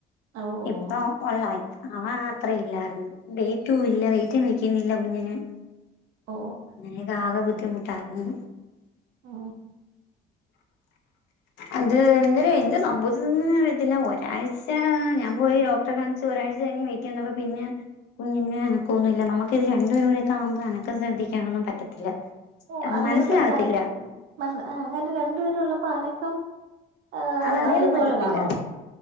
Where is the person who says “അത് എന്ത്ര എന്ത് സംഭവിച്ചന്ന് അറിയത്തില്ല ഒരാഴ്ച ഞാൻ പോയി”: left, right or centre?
Left